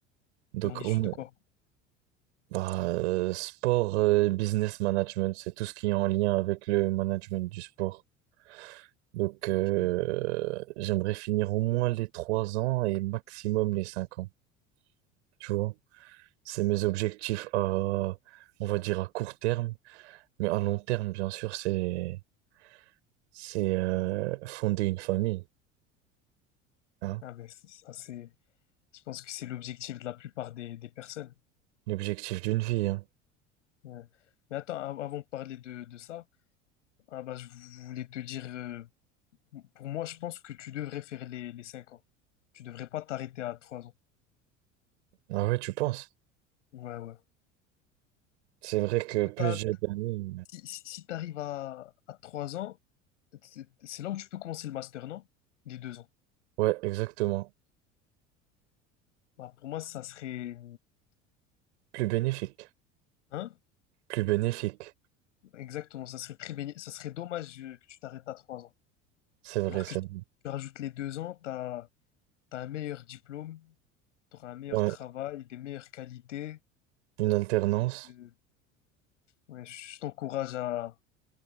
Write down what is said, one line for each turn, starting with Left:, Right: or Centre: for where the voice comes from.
Right: Donc
Left: Et on est issu
Right: au moins,
Left: de quoi?
Right: bah, euh, sport, euh, business management, c'est tout ce qui est en lien avec le management du sport. Donc,
Left: Ok.
Right: euh, j'aimerais finir au moins les trois ans et maximum les cinq ans. Tu vois, c'est mes objectifs à, on va dire à court terme, mais à long terme, bien sûr, c'est c'est euh, fonder une famille, hein,
Left: Ah, mais c- ça, c'est. Je pense que c'est l'objectif de la plupart des, des personnes.
Right: l'objectif d'une vie. hein.
Left: Ouais. Mais attends, av- avant de parler de, de ça, ah bah, je voulais te dire, euh, pour moi, je pense que tu devrais faire les, les 5 ans. Tu devrais pas t'arrêter à 3 ans.
Right: Ah ouais, tu penses?
Left: Ouais, ouais.
Right: C'est vrai que plus
Left: T'as-
Right: j'ai d'années,
Left: si si tu arrives à, à 3 ans, c'est c'est là où tu peux commencer le master, non? Les 2 ans.
Right: ouais, exactement,
Left: Bah, pour moi, ça serait.
Right: plus bénéfique,
Left: Hein?
Right: plus bénéfique.
Left: Exactement, ça serait très béni- ça serait dommage euh, que tu t'arrêtes à 3 ans.
Right: C'est vrai,
Left: Alors
Right: c'est
Left: que si
Right: vrai.
Left: tu rajoutes les deux ans, tu as, un meilleur diplôme, tu auras un meilleur
Right: Ouais,
Left: travail, des meilleures qualités.
Right: une alternance,
Left: Euh, ouais, je t'encourage à,